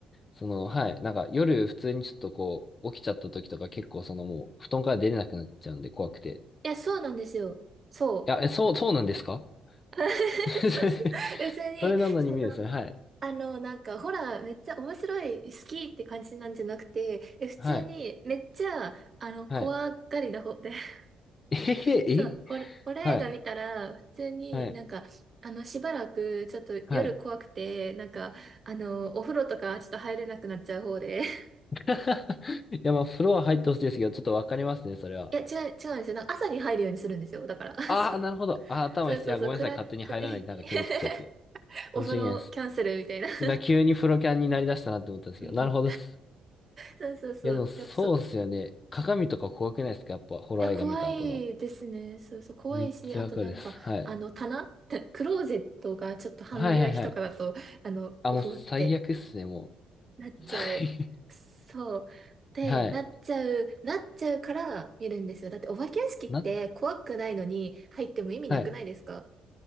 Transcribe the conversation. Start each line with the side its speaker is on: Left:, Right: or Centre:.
Left: その、はい、なんか夜普通にちょっとこう、起きちゃった時とか結構そのもう、布団から出れなくなっちゃうんで怖くて。
Right: いや、そうなんですよ。そ
Left: いや、え、そう、そうなんですか
Right: う。<laughs>
Left: <laughs>
Right: そうそう。別に、
Left: それなのに見るんですね、
Right: その、
Left: はい。
Right: あの、なんか、ほら、めっちゃ面白い、好きって感じなんじゃなくて、え、普通に、
Left: はい。
Right: めっちゃ、あの、
Left: はい。
Right: 怖がりな方で、<laughs>
Left: えへへ、
Right: そう、
Left: え
Right: ホラホラー映画見たら、
Left: はい。
Right: 普通になんか、
Left: はい。
Right: あの、しばらく、ちょっと夜怖くて、
Left: はい。
Right: なんか、あの、お風呂とか、ちょっと入れなくなっちゃう方で、<laughs>
Left: <laughs> いや、まあ、フロア入ってほしいですけど、ちょっとわかりますね、それは。
Right: いや、違う、違うんですよ。なんか朝に入るようにするんですよ。だから、<laughs>
Left: ああ、
Right: そう、
Left: なるほど。ああ、頭いいっす。
Right: そうそうそう、
Left: いや、ごめんなさい。
Right: 暗い、
Left: 勝手に入らない。
Right: く <laughs>
Left: なんか決めつけちゃって。
Right: お風呂キャンセルみたいな。
Left: 申し訳ないです。
Right: <laughs>
Left: な、急にプロキャンになりだしたなって思ったんですけど。
Right: うん、
Left: なるほどっす。
Right: そうそうそう、
Left: いや、でもそうっすよね。
Right: で、そ
Left: 鏡とか怖くないですかやっぱ、ホラー映画見た後の。
Right: いや、怖いですね。そうそう、怖いし、
Left: めっちゃわかるっす。
Right: あとなんか、
Left: はい。
Right: あの、棚、<laughs> クローゼットがちょっと半開きとかだと、
Left: はいはいはい。
Right: あの、
Left: あ、
Right: うふって
Left: もう最悪っすね、もう。
Right: なっちゃう。
Left: 最
Right: そう。で、
Left: <laughs> はい。
Right: なっちゃう、なっちゃうから見るんですよ。だってお化け屋敷って怖くないのに入っても意味なくないですか
Left: な、はい。